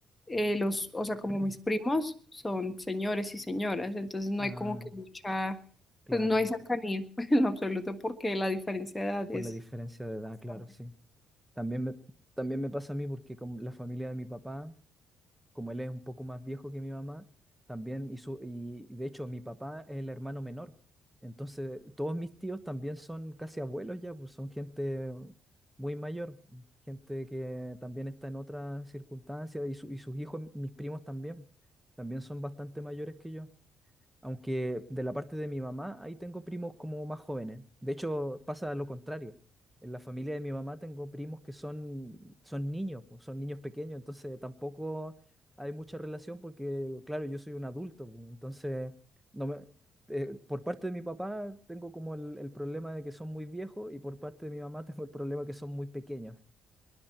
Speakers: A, on the left; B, in the centre.
A: eh, los, o sea, como
B: <clears throat>
A: mis primos son señores y señoras, entonces no
B: Ah,
A: hay como que mucha,
B: claro,
A: pues no hay cercanía <laughs> en lo absoluto porque la diferencia de edad
B: por
A: es
B: la diferencia de edad,
A: bastante.
B: claro, sí. También me, también me pasa a mí porque con la familia de mi papá como él es un poco más viejo que mi mamá, también hizo, y de hecho mi papá es el hermano menor. Entonces, todos mis tíos también son casi abuelos ya, pues son gente muy mayor, gente que también está en otras circunstancias y, su- y sus hijos, mis primos también, también son bastante mayores que yo. Aunque de la parte de mi mamá, ahí tengo primos como más jóvenes. De hecho, pasa lo contrario. En la familia de mi mamá tengo primos que son, son niños, pues, son niños pequeños, entonces tampoco hay mucha relación porque, claro, yo soy un adulto, pues, entonces no me, eh, por parte de mi papá tengo como el, el problema de que son muy viejos y por parte de mi mamá <laughs> tengo el problema que son muy pequeños.